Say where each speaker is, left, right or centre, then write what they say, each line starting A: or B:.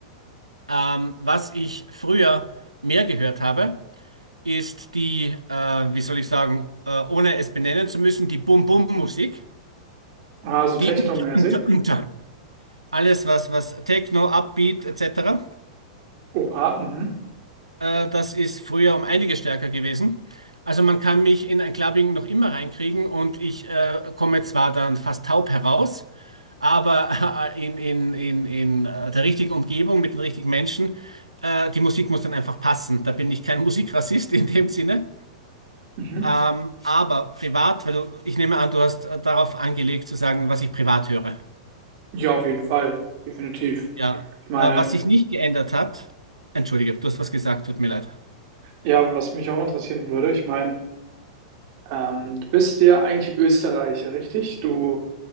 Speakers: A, on the right; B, on the right.
A: Ähm, was ich früher mehr gehört habe, ist die, äh, wie soll ich sagen, äh, ohne es benennen zu müssen, die Bum-Bum-Musik.
B: Ah, so technomäßig.
A: Die <laughs> <tsk> alles, was, was Techno, Upbeat etc.,
B: Oha, mhm.
A: äh, das ist früher um einige stärker gewesen. Also man kann mich in ein Clubbing noch immer reinkriegen und ich äh, komme zwar dann fast taub heraus, aber <laughs> in, in, in, in äh, der richtigen Umgebung mit den richtigen Menschen, äh, die Musik muss dann einfach passen. Da bin ich kein Musikrassist in dem Sinne.
B: Mhm.
A: Ähm, aber privat, weil du, ich nehme an, du hast äh, darauf angelegt zu sagen, was ich privat höre.
B: Ja, auf jeden Fall, definitiv.
A: Ja.
B: Ich meine,
A: Äh, was sich nicht geändert hat, entschuldige, du hast was gesagt, tut mir leid.
B: ja, was mich auch interessieren würde, ich meine, ähm, du bist ja eigentlich Österreicher, richtig? Du